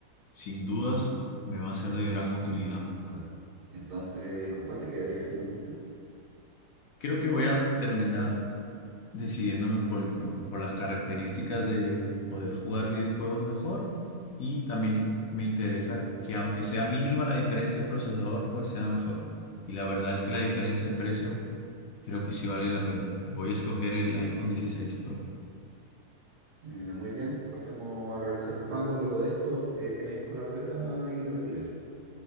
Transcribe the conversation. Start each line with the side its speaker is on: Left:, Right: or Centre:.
Left: sin dudas me va a ser de gran utilidad.
Right: Claro. Entonces, ¿con cuál te quedarías finalmente?
Left: Creo que voy a terminar decidiéndome por el Pro, por las características de poder jugar videojuegos mejor y también me interesa que aunque sea mínima la diferencia de procesador, pues sea mejor. Y la verdad es que la diferencia de precio creo que sí vale la pena. Voy a escoger el iPhone dieciséis Pro.
Right: Eh, muy bien, pasemos a realizar el pago. Luego de esto, eh, vienes con la boleta y retiras.